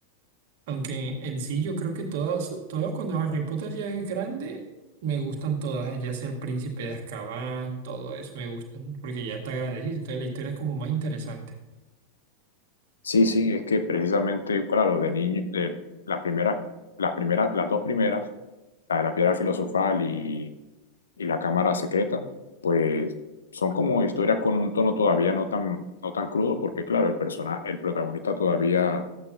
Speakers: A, on the right; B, on the left.
A: Aunque en, en sí yo creo que todas, todas cuando Harry Potter ya es grande, me gustan todas, ya sea El Príncipe de Azkaban, todo eso me gustan, porque ya está grandecito, entonces la historia es como más interesante.
B: Sí, sí, es que precisamente, claro, de niño, de las primeras, las primeras, las dos primeras, la de la piedra filosofal y, y la cámara secreta, pues son como historias con un tono todavía no tan, no tan crudo, porque claro, el persona, el protagonista todavía